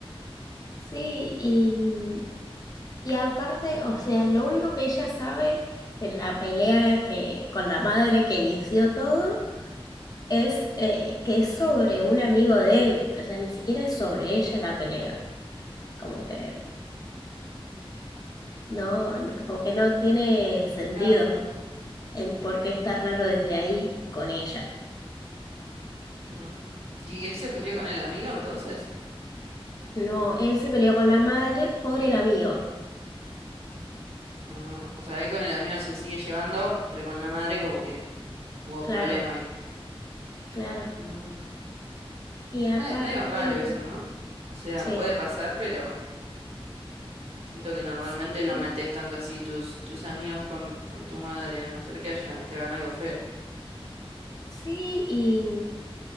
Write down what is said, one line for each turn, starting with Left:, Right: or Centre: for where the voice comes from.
Left: Sí, y, y aparte, o sea, lo único que ella sabe de la pelea que, con la madre que inició todo es eh, que es sobre un amigo de él, o sea, ni siquiera es sobre ella la pelea, como que no, no- como que no tiene sentido
Right: Claro.
Left: el por qué está raro desde ahí con ella.
Right: ujú. ¿Y él se peleó con el amigo entonces?
Left: No, él se peleó con la madre por el amigo,
Right: Ah, o sea, él con el amigo se sigue llevando, pero con la madre como que hubo
Left: claro,
Right: problema ahí.
Left: claro.
Right: Mm,
Left: Y
Right: Sí,
Left: aparte,
Right: me- medio raro eso, ¿no? O sea,
Left: sí.
Right: puede pasar, pero siento que normalmente
Left: Sí,
Right: no metes tanto así tus, tus amigos con, con tu madre, a no ser que haya, que hagan algo feo.
Left: Sí, y